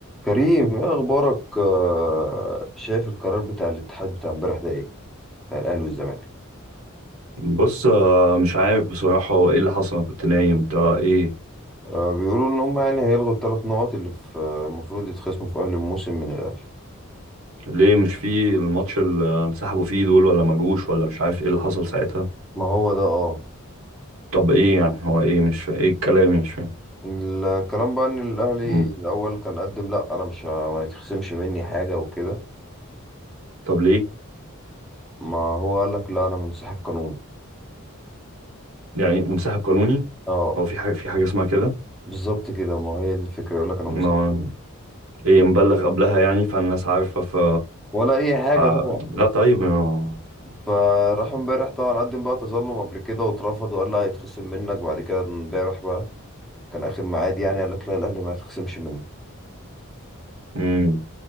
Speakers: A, in the centre; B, on the right.
A: كريم ايه اخبارك آه، شايف القرار بتاع الاتحاد بتاع امبارح ده ايه بتاع الاهلي والزمالك
B: بص آه، مش عارف بصراحة هو ايه اللي حصل انا كنت نايم انت ايه
A: آه، بيقولوا ان هم يعني هيلغوا الثلاث نقط اللي في آه، المفروض يتخصموا في اهل الموسم من الاهلي
B: ليه مش في الماتش اللي انسحبوا فيه دول ولا ما جوش ولا مش عارف ايه اللي حصل ساعتها
A: ما هو ده اه
B: طب ايه يعني هو ايه مش فا... ايه الكلام مش فاهم
A: الكلام بقى ان الاهلي
B: مم.
A: الاول كان قدم لا انا مش ه- ما يتخصمش مني حاجه وكده
B: طب ليه
A: فما هو قال لك لا انا منسحب قانوني
B: يعني منسحب قانوني
A: اه
B: هو في حاجة في حاجة اسمها كده
A: بالظبط كده ما هي دي الفكره يقول لك انا
B: ما
A: منسحب قانوني
B: ايه مبلغ قبلها يعني فالناس عارفة ف
A: ولا اي حاجه
B: ف-
A: طبعا
B: لا طيب ما...
A: فراح امبارح طبعا قدم بقى تظلم قبل كده واترفض وقال لي هيتخصم منك بعد كده امبارح بقى كان اخر ميعاد يعني قال لك لا الاهلي ما هيتخصمش منه
B: مم.